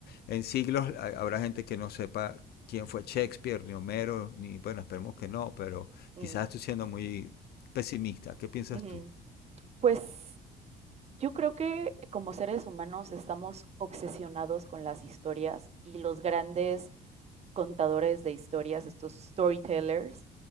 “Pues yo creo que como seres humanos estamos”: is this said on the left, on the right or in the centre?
Right